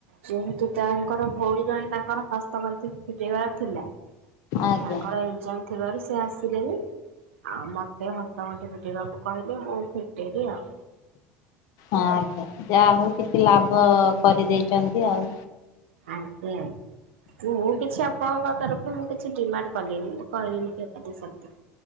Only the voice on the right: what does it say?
ଯେହେତୁ ତାଙ୍କର ଭଉଣୀ ଜଣେ ତାଙ୍କର ହସ୍ତଗନ୍ତି ଫେଟେଇବାର ଥିଲା
ତାଙ୍କର ଏକ୍ଜାମ ଥିବାରୁ ସେ ଆ ସିଲେନି ଆଉ ମତେ ହସ୍ତ ଘାଣ୍ଟି ଫେଟିବାକୁ କହିଲେ ମୁଁ ଫେଟେଇି ଆଉ
ଆଜ୍ଞା। ମୁଁ କିଛି ଆପଣଙ୍କ ତରଫରୁ ମୁଁ କିଛି ଡିମାଣ୍ଡ କଲିନି ମୁଁ କହିଲିନି କି ସବତି।